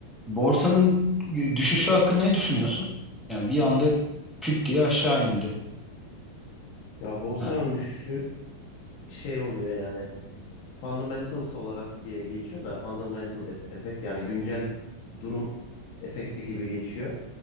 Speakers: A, in the centre; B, on the left (about 75°).
A: Borsanın düşüşü hakkında ne düşünüyorsun? Yani bir anda küt diye aşağı indi.
B: Ya borsanın
A: Ha.
B: düşüşü şey oluyor yani fundamentals olarak diye geçiyor da fundamental et- efekt yani güncel durum efekti gibi geçiyor.